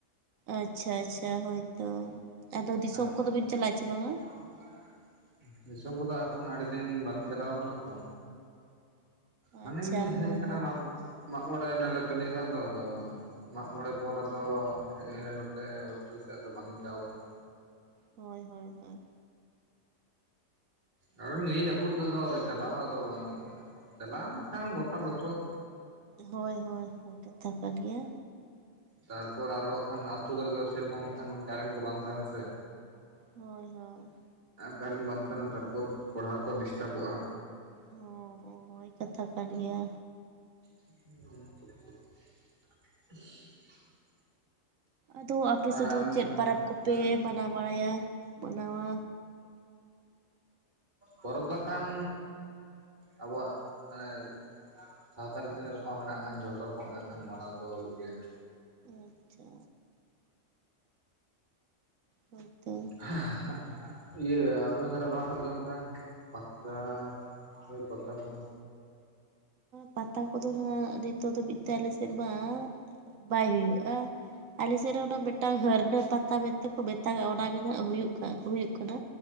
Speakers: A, on the right; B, on the right.
A: ᱟᱪᱪᱷᱟ ᱟᱪᱪᱷᱟ ᱦᱳᱭᱛᱚ ᱟᱫᱚ ᱫᱤᱥᱚᱢ
B: ᱠᱷᱟᱱ
A: ᱠᱚᱫᱚᱵᱤᱱ ᱪᱟᱞᱟᱜᱼᱟ ᱥᱮ ᱵᱟᱝᱟ
B: <unintelligible> ᱫᱤᱥᱚᱢ ᱠᱚᱫᱚᱜ ᱠᱷᱟᱱ ᱟᱹᱰᱤ ᱫᱤᱱ ᱵᱟᱝ ᱪᱟᱞᱟᱣ ᱠᱟᱱᱟ ᱛᱚ ᱦᱟᱱᱮᱧ
A: ᱟᱪᱪᱷᱟ
B: ᱦᱮᱡ
A: ᱦᱳᱭ
B: ᱟᱠᱟᱱᱟ ᱢᱟᱜ ᱢᱟᱜ ᱢᱚᱲᱮ ᱭᱮᱱᱟᱞᱮ ᱛᱚ ᱱᱤᱭᱮ ᱫᱷᱟ ᱫᱚ ᱟᱫᱚ ᱢᱟᱜ ᱢᱚᱲᱮ ᱯᱚᱨ ᱟᱫᱚ ᱦᱮᱡ ᱮᱱᱟ ᱱᱚᱛᱮ ᱦᱳᱴᱮᱞ ᱥᱮᱫ ᱟᱫᱚ ᱵᱟᱝ ᱪᱟᱵᱟ ᱟᱠᱟᱱᱟ
A: ᱦᱳᱭ ᱦᱳᱭ ᱦᱮ
B: ᱠᱟᱨᱚᱱ ᱱᱤᱭᱟᱹ ᱡᱟᱹᱯᱩᱫ ᱨᱮᱚ ᱪᱟᱞᱟᱣ ᱦᱚᱸ ᱟᱫᱚ ᱵᱟᱝ ᱜᱟᱱᱚᱜᱼᱟ, ᱪᱟᱞᱟᱜᱼᱟᱢ ᱵᱟᱠᱷᱟᱱ ᱜᱚᱴᱟ ᱞᱚᱥᱚᱫ
A: ᱦᱳᱭ ᱦᱳᱭ ᱦᱳᱭ ᱠᱟᱛᱷᱟ ᱠᱟᱱ ᱜᱮᱭᱟ,
B: ᱛᱟᱨᱯᱚᱨ ᱟᱨᱦᱸ ᱦᱟᱜ ᱠᱷᱟᱱᱛᱳ ᱠᱚᱨᱮ ᱫᱚ ᱥᱮᱨᱚᱠᱚᱢ ᱦᱸ ᱠᱷᱟᱱ ᱠᱟᱨᱮᱱᱴ ᱠᱚ ᱵᱟᱝ ᱛᱟᱦᱮᱱᱟ ᱥᱮ,
A: ᱦᱳᱭ ᱦᱳᱭ
B: ᱠᱟᱨᱮᱱᱴ ᱵᱟᱝ ᱛᱟᱦᱮᱱᱟ ᱛᱟᱨᱯᱚᱨ ᱯᱟᱲᱦᱟᱣ ᱠᱚ ᱰᱤᱥᱴᱟᱵᱚᱜᱼᱟ᱾
A: ᱦᱚᱸ ᱦᱚᱸ ᱠᱟᱛᱷᱟ ᱠᱟᱱ ᱜᱮᱭᱟ᱾
B: <unintelligible>
A: ᱟᱫᱚ ᱟᱯᱮ ᱥᱮᱫ
B: ᱟᱨ
A: ᱫᱚ
B: ᱟᱢ
A: ᱪᱮᱫ ᱯᱚᱨᱚᱵᱽ ᱠᱚᱯᱮ
B: ᱦᱮᱸ
A: ᱢᱟᱱᱟᱣ ᱵᱟᱲᱟᱭᱟ ᱢᱟᱱᱟᱣᱟ?
B: ᱯᱚᱨᱚᱵᱽ ᱫᱚ ᱠᱷᱟᱱ ᱟᱵᱚᱣᱟᱜ ᱢᱟᱱᱮ, ᱥᱟᱶᱛᱟ ᱨᱮ ᱛᱤᱱᱟᱹᱜ ᱨᱚᱠᱚᱢᱟᱜ ᱢᱮᱱᱟᱜ ᱠᱷᱟᱱ ᱡᱷᱚᱛᱚ ᱨᱚᱠᱚᱢᱟᱜ ᱠᱟᱜ ᱠᱷᱟᱱ ᱢᱟᱱᱟᱣ ᱫᱚ ᱦᱩᱭᱩᱜ ᱜᱮᱭᱟ᱾
A: ᱟᱪᱪᱷᱟ ᱦᱳᱭᱛᱳ
B: <unintelligible> ᱤᱭᱟᱹ ᱟᱯᱮ ᱫᱷᱟᱨᱟ ᱵᱟᱝ ᱦᱩᱭᱩᱜ ᱜᱮ ᱚᱱᱠᱟ ᱯᱟᱛᱟᱳᱭ ᱯᱟᱛᱟ ᱠᱚ?
A: ᱯᱟᱛᱟ ᱠᱚᱫᱚ ᱦᱟᱜ ᱱᱤᱛᱚᱜ ᱫᱷᱟᱹᱵᱤᱡ ᱛᱮ ᱟᱞᱮ ᱥᱮᱫ ᱢᱟ, ᱵᱟᱭ ᱦᱩᱭᱩᱜᱼᱟ ᱟᱞᱮᱥᱮᱫ ᱨᱮ ᱚᱱᱟ ᱢᱤᱫᱴᱟᱝ ᱦᱟᱹᱨᱱᱟᱹ ᱯᱟᱛᱟ ᱢᱮᱱᱛᱮ, ᱢᱮᱛᱟᱜᱼᱟ ᱚᱱᱟ ᱜᱮ ᱱᱟᱜ ᱦᱩᱭᱩᱜ ᱦᱩᱭᱩᱜ ᱠᱟᱱᱟ᱾